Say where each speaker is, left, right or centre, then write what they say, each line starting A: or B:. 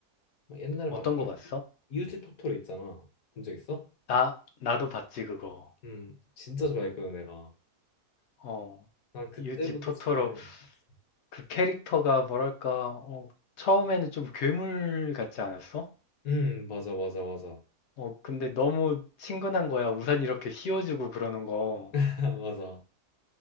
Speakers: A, on the left; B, on the left.
A: 막 옛날에
B: 어떤
A: 막
B: 거
A: 이웃집,
B: 봤어?
A: 이웃집 토토로 있잖아. 본 적 있어?
B: 나, 나도 봤지, 그거.
A: 음, 진짜 좋아했거든 내가.
B: 어,
A: 난 그때부터
B: 유지 토토로
A: 지브리를 봤었지.
B: 그 캐릭터가 뭐랄까, 어, 처음에는 좀 괴물 같지 않았어?
A: 음, 맞아, 맞아, 맞아.
B: 어, 근데 너무 친근한 거야. 우산 이렇게 씌워주고 그러는 거.
A: <laughs> 맞아.